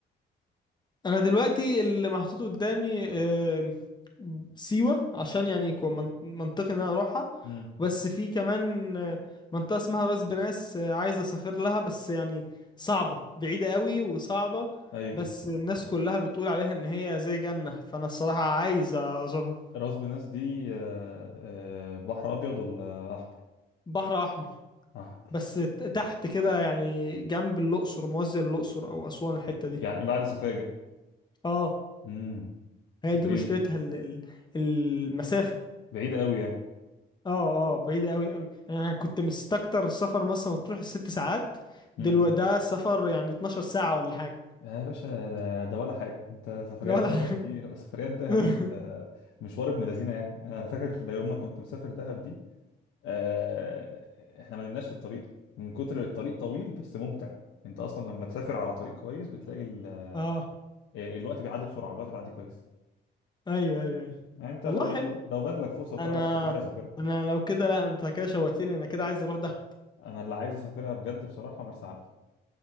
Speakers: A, on the left; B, on the left.
A: انا دلوقتي اللي محطوط قدامي آه، سيوة عشان يعني يكون من- منطقي ان انا اروحها
B: امم
A: بس في كمان آه، منطقة اسمها راس بناس آه، عايز اسافر لها بس يعني صعبة بعيدة قوي وصعبة
B: ايوه
A: بس الناس كلها بتقول عليها ان هي زي جنة فانا الصراحة عايز ازورها
B: راس بناس دي آه، آه، بحر ابيض ولا احمر
A: بحر احمر
B: احمر
A: بس ت- تحت كده يعني جنب الاقصر موازية الاقصر او اسوان الحتة دي
B: يعني بعد سفاجة
A: اه
B: امم بس
A: هي دي
B: غريبة
A: مشكلتها ال- ال- المسافة
B: بعيدة قوي يعني
A: اه اه بعيدة قوي قوي انا كنت مستكتر السفر مثلا مطروح الست ساعات
B: امم
A: دلوقتي ده سفر يعني 12 ساعة ولا حاجة <laughs>
B: يا باشا ده ده ولا حاجة انت سفريات
A: ده ولا
B: دهب
A: حاجة
B: دي <laughs> سفريات دهب
A: <laughs>
B: دي انت مشوار ابن لذينة يعني انا فاكر يوم ما كنت مسافر دهب دي آه، احنا ما نمناش في الطريق من كتر الطريق طويل بس ممتع انت اصلا لما تسافر على طريق كويس بتلاقي ال-
A: اه
B: آه، الوقت بيعدي بسرعة الوقت بيعدي كويس
A: ايوه ايوه ايوه
B: يعني انت
A: والله
B: لو
A: حلو
B: لو جات لك فرصة وتعرف
A: انا
B: تسافرها سافرها
A: انا لو كده لا انت كده شوقتني انا كده عايز اروح ده
B: انا اللي عايز اسافرها بجد بصراحه مرسى علم